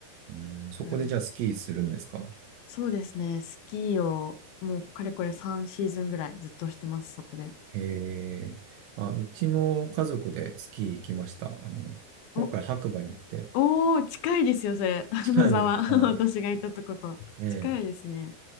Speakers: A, on the right; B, on the left.
A: うん、そこでじゃあスキーするんですか
B: なるほど。そうですね、スキーをもうかれこれ3シーズンぐらいずっとしてます、そこで。
A: へえ。あ、うちも家族でスキー行きました。あの、今回白馬に行って。
B: お、おー、近いですよ、それ。<laughs>
A: 近いです。
B: 野沢、<laughs>
A: はい。
B: 私が行ったとこと。
A: ええ。
B: 近いですね。